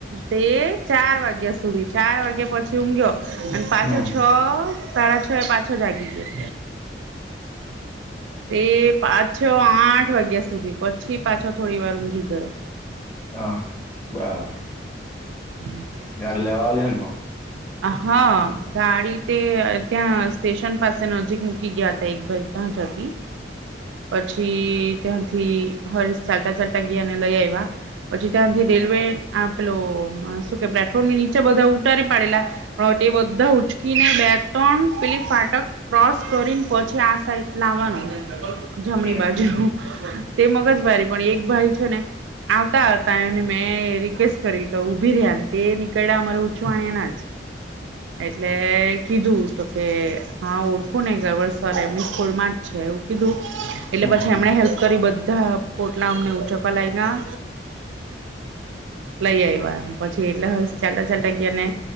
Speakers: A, on the right; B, on the left.
A: તે ચાર વાગ્યા સુધી ચાર વાગ્યા પ પછી ઊઘયો અને પાછો
B: હમ
A: છ સાડા છ એ પાછો જાગી ગયો એ પાછ આઠ વાગ્યા સુધી પછી પાછો થોડી વાર ઊંઘી ગયો
B: હમ બરાબર
A: <inaudible>
B: ગાડી લેવાલી હ પણ
A: હા ગાડી તે ત્યાં સ્ટેશન પાસે નજીક મૂકી ગયા હતા એક ભાઈ કં જતી પછી ત્યાંથી હષૅ ચાલતા ચાલતા ગયાને લઈ આવ્યા. પછી ત્યાંથી રેલવે આપેલો શું કે પ્લેટફોર્મ નીચે બધા ઉતારી પાડેલા બધા ઉચકીને બે ત્રણ પેલી ફાટક ક્રોસ કરીને પછી આ સાઈટ લાવવાનું જમણી
B: હમ
A: બાજુ તે મગજ મરી પણ એક ભાઈ છે. ને આવતા આવતા એને મેં રિકવેસ્ટ કરી તો ઊભી રહ્યા ને તે ક અમારે ઊંચું આણ્યા ના જ એટલે કીધું તો કે હા ઓળખું ને ગૌરવસર એમની સ્કૂલમાં જ છે. એવું કીધું એટલે
B: હમ
A: પછી એમણે હેલ્પ કરી બધા પોટલા અમને ઉછકવા લાગ્યા લઈ આવ્યા પછી એટલે હ ચાલતા ચાલતા ગયા ને